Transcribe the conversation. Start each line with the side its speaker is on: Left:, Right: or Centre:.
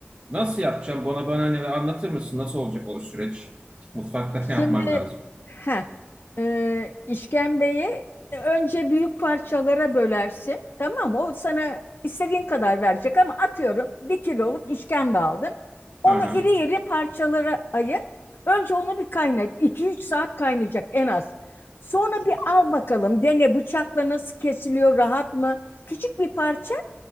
Right: Nasıl yapacağım? Bana bana hani anlatır mısın? Nasıl olacak o süreç? Mutfakta
Left: Şimdi
Right: <laughs> ne yapmam lazım?
Left: heh, e, işkembeyi önce büyük parçalara bölersin. Tamam mı? O sana istediğin kadar verecek ama atıyorum bir kiloluk işkembe aldın. Onu
Right: Aha.
Left: iri iri parçalara ayır. Önce onu bir kaynat. iki üç saat kaynayacak en az. Sonra bir al bakalım dene bıçakla nasıl kesiliyor rahat mı? Küçük bir parça